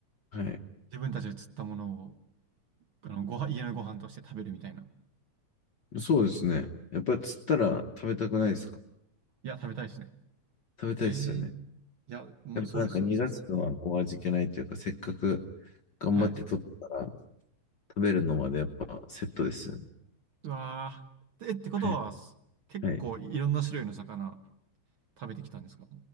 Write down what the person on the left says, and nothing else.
はい。
そうですね。やっぱり釣ったら食べたくないですか
食べたいですよね。
やっぱなんか逃がすのはこう味気ないというか、
せっかく頑張って取ったから
食べるのまでやっぱセットですよね。
はい。
はい。